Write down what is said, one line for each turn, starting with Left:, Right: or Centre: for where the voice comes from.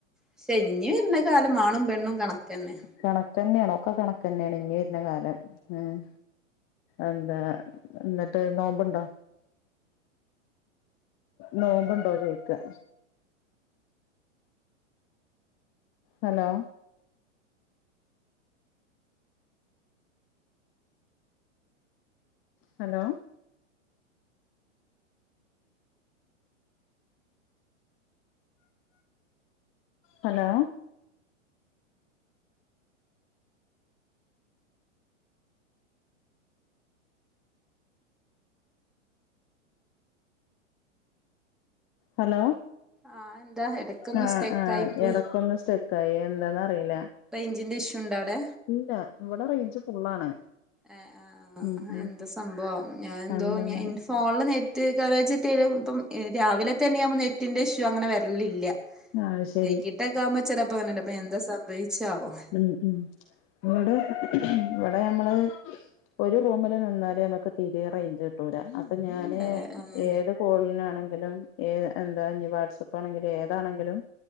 Centre: പക്ഷേ ഇഞ്ഞി വര് കാലം ആണും പെണ്ണും കണക്കന്നെ
Left: കണക്കന്നെണ് ഒക്കെ കണക്കന്നെണ് ഇനി വരുന്ന കാലം ഉം എന്താ എന്നിട്ട് നോമ്പുണ്ടോ നോമ്പുണ്ടോ ചോയിക്ക ഹലോ ഹലോ ഹലോ ഹലോ
Centre: ആഹ് എന്താ ഇടക്കൊന്ന്
Left: ആഹ്
Centre: സ്റ്റെക്ക്
Left: ആഹ്
Centre: ആയി പോയി
Left: എടക്കൊന്ന് സ്റ്റെക്കായി എന്താന്നാറില
Centre: റേയ്ഞ്ചിന്റെ ഇഷ്യൂണ്ടൊ അവ്ടെ
Left: ഇല്ല ഇവടെ റേയ്ഞ്ച് ഫുള്ളാണ്.
Centre: ഏഹ് ആഹ് ആഹ്
Left: ഉം ഉം
Centre: എന്തോ സംഭവാവോ ഞാനെന്തോ
Left: അതെന്താന്നറി
Centre: ഇഞ് ഇൻ ഫോൺല് നെറ്റ് കവറെജേറ്റേലും ഇപ്പം ഏ രാവിലെ തന്നെയാവുമ്പോ നെറ്റിന്റെ ഇഷ്യൂ അങ്ങനെ വര്ലില്ല്യ
Left: ആഹ് ശരി
Centre: വൈയ്ക്കിട്ടൊക്കാവുമ്പോ ചെലപോ അങ്ങനെണ്ട് ഇപ്പ എന്താ സംഭയിച്ചാവോ
Left: ഉം ഇവടെ ഇവടെ ഞമ്മള് ഒരു റൂമില് നിന്നാല് ഞമ്മക്ക് തിരെ റേയ്ഞ്ച് കിട്ടൂല. ഇപ്പഞാന്
Centre: ഇല്ലല്ലേ ആഹ്
Left: ഏത് കോളിനാണെങ്കിലും ഏ എന്താ ഇഞ്ഞി വാട്സാപ്പ്ണെങ്കില് ഏ താണെങ്കിലും